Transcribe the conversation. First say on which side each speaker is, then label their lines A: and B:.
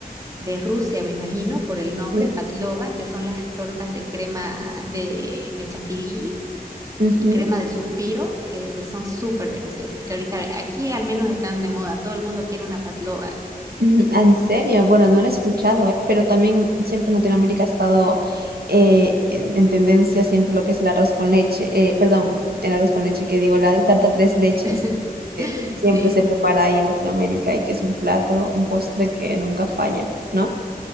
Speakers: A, on the right (about 20°); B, on the right (about 75°).
A: de Rusia, me imagino, por el nombre,
B: Sí.
A: patlova, que son las tortas de crema de, de chantilly
B: Ujú,
A: y crema
B: <laughs>
A: de suspiro, que, que son súper deliciosas, que ahorita aquí al menos están de moda, todo el mundo quiere una patlova.
B: ujú. Ah, En serio, bueno, no lo he escuchado, ¿eh? Pero también siempre en Latinoamérica ha estado eh, en en tendencia siempre lo que es el arroz con leche, eh, perdón, el arroz con leche que digo, la tarta tres leches,
A: <laughs>
B: que siempre
A: Sí.
B: se prepara ahí en Latinoamérica y que es un plato, un postre que nunca falla, ¿no?